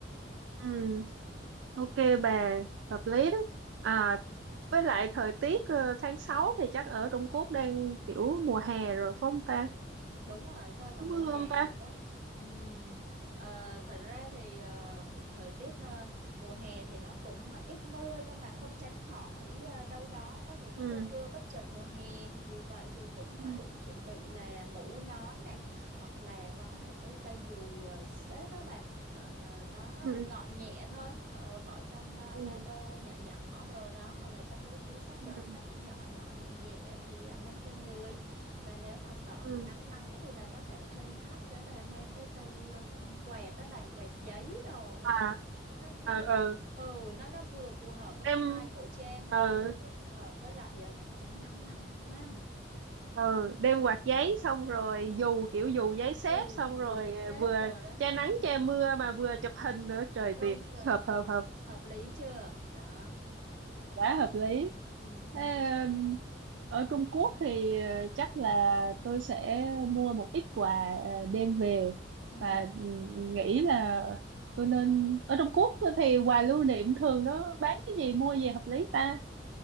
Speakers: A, on the right; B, on the right.
A: ừ. Ok bà, hợp lý đó. À,
B: Ừ,
A: với lại thời tiết ờ, tháng 6 thì chắc ở Trung Quốc đang kiểu mùa hè rồi phải không ta?
B: đúng rồi rơi
A: Chắc
B: vào
A: có
B: mùa
A: mưa
B: hè
A: không ta?
B: rồi đó Ừm, ờ, thật ra thì ờ, thời tiết ờ, mùa hè thì nó cũng ít mưa nhưng mà không tránh khỏi ờ, đâu đó có những
A: Ừ,
B: cơn mưa bất chợt mùa hè vì vậy thì cũng phải
A: ừ,
B: chuẩn bị là mũ nón này hoặc là có một cái cây dù ờ, xếp á bà Ờ, ờ, nó
A: ừ,
B: gọn nhẹ thôi Ờ, bỏ trong ờ,
A: ừ,
B: ba lô nhỏ nhỏ đồ đó hoặc là trong cái túi xách
A: ừ.
B: giỏ xách nhỏ nhỏ nhẹ nhẹ thì ờ, mang theo người và nếu mà sợ
A: ừ.
B: mà nắng nóng thì bà có thể thêm thắt nữa là mang cái cây ờ, quẹt đó bà quẹt giấy đồ đó
A: à
B: cho, cho nó, nó
A: ờ ờ
B: ừ nó nó vừa phù hợp với
A: đem
B: cái vai cổ trang mà
A: ờ
B: nó vừa phù hợp với lại ờ, tránh nắng nóng ha
A: ờ đem quạt giấy xong rồi dù kiểu dù giấy xếp
B: ừ
A: xong
B: dù
A: rồi
B: giấy xếp
A: vừa
B: rồi đó
A: che nắng
B: ừ
A: che mưa mà vừa chụp hình nữa trời
B: đúng
A: tuyệt
B: rồi
A: hợp hợp hợp
B: hợp lý chưa đó
A: quá hợp lý
B: ừ ừ
A: Thế, um, ở Trung Quốc thì ờ, chắc là tôi sẽ mua một ít quà ờ, đem về
B: ừ
A: và ừm, nghĩ là tôi nên ở Trung Quốc thì quà lưu niệm thường nó bán cái gì mua gì hợp lý ta